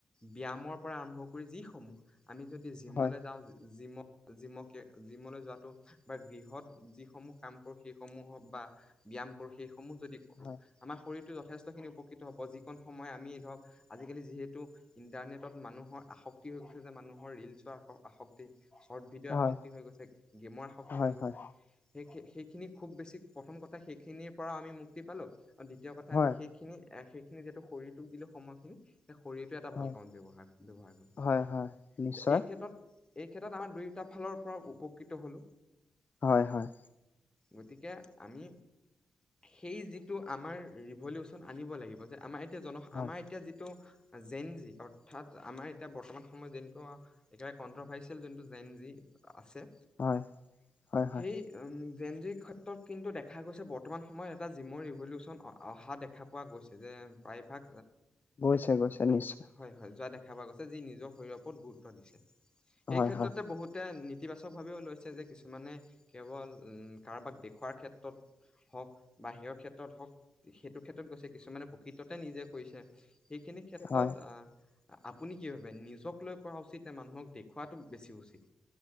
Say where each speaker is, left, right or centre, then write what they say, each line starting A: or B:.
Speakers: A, on the left; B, on the left.
A: ব্যায়ামৰ পৰা আৰম্ভ কৰি যি সমূহ আমি যদি জিমলৈ
B: হয়
A: যাওঁ জিমত জিমকে জিমলৈ যোৱাটো বা গৃহত যি সমূহ কাম কৰো সেই সমূহক বা ব্যায়াম কৰো সেই সমূহ যদি কৰো
B: হয়
A: আমাৰ শৰীৰ টো যথেষ্ট খিনি উপকৃত হ'ব যিকণ সময় আমি ধৰক আজিকালি যিহেতু ইন্টাৰনেটত মানুহৰ আষ ক্টি হৈ গৈছে যে মানুহৰ ৰীলছ আসক্তি শৰ্ট ভিডিঅ'
B: হয় হয়
A: আসক্তি
B: হয়
A: হৈ গৈছে গেমৰ সী
B: হয়
A: হৈ গৈছে
B: হয়
A: সেই সেইখিনি খুব বেছি প্ৰথম কথা সেইখিনিৰ পৰা আমি মুক্তি পালো আৰু দ্বিতীয় কথা
B: হয়
A: আমি সেইখিনি সিহেত শৰীৰটোক দিলে সময়খিনি শৰীৰটোৱে এটা ভাল
B: হয়
A: কামত ব্যৱহাৰ ব্যৱহাৰ কৰি
B: হয় হয় নিশ্চয়
A: এই ক্ষেত্ৰত এই ক্ষেত্ৰত আমাৰ দুয়োটা ফালৰ পৰা উপকৃত হ'লোঁ
B: হয় হয়
A: গতিকে আমি সেই যিটো আমাৰ ৰিভলিউচন আনিব লাগিব যে আমাৰ এতিয়া জন
B: হয়
A: আমাৰ এতিয়া যিটো জেন জি অৰ্থাৎ আমাৰ এতিয়া বৰ্তমান সময়ত যোনু একেবাৰে কণ্ট্ৰভাৰ্চিয়েল যোনটো জেন জি আছে
B: হয় হয় হয়
A: সেই উম জেন জিৰ ক্ষেত্ৰত কিন্তু দেখা গৈছে বৰ্তমান সময়ত এটা জিমৰ ৰিভলিউচন অহা দেখা পোৱা গৈছে যে প্ৰায়ভাগ
B: গৈছে গৈছে নিশ্চয়
A: হয় হয় যোৱা দেখা পোৱা গৈছে যি নিজৰ শৰীৰৰ ওপৰত গুৰুত্ব দিছে সেই
B: হয়
A: ক্ষেত্ৰতে
B: হয়
A: বহুতে নতিবাচক ভাবিও লৈছে যে মানে কেৱল কাৰোবাক দেখুওৱাৰ ক্ষেত্ৰত হওক বাাহিৰৰ ক্ষেত্ৰত হওক সেইটো ক্ষেত্ৰত গৈছে কিছুমানে প্ৰকৃততে নিজে কৰিছে সেইখিনি ক্ষেত্ৰত
B: হয়
A: আপুনি কি ভাবে নিজক লৈ কৰা উচিত ন মানুহক দেখওুৱটো বেছি উচিত